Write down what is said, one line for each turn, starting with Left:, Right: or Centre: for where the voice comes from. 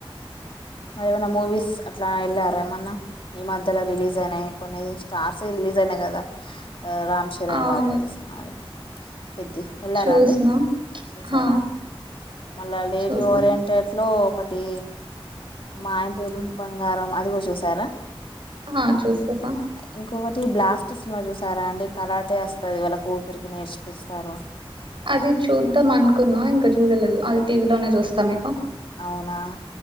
Left: మరి ఏమైనా మూవీస్ అట్లా వెళ్ళారా ఏమన్నా ఈ మధ్యలో రిలీజ్ అయినాయి స్టార్ సి రిలీజ్ అయినాయి కదా రామ్ చరణ్
Right: అవును
Left: బాబు కొత్త సినిమా పెద్ది వెళ్ళారా
Right: చూసినాం
Left: అండి చూసారా
Right: హా
Left: మళ్ళా లేడీ
Right: చూసాం
Left: ఓరియంటెట్ లో ఒకటి మా ఇంటి బంగారం అది కూడా చూసారా
Right: ఆ చూసేసా
Left: ఇంకొకటి బ్లాస్ట్ సినిమా చూసారా అండి కరాటే వస్తంది వాళ్ళ కూతురికి నేర్చిపిస్తారు
Right: అది చూద్దాం అనుకునా ఇంకా చూడలేదు అది టీవీలోనే చూస్తాం ఇగ
Left: అవునా